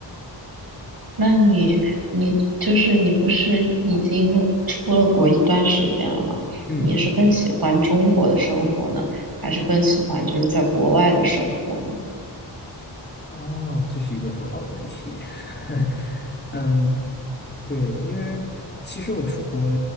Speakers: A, on the right; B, on the left.
A: 那你你就是你不是已经出了国一段时间了吗？
B: 嗯。
A: 你是更喜欢中国的生活呢，还是更喜欢就是在国外的生活呢？
B: 哦，这是一个很好的问题。<laughs> 嗯，对，因为其实我出国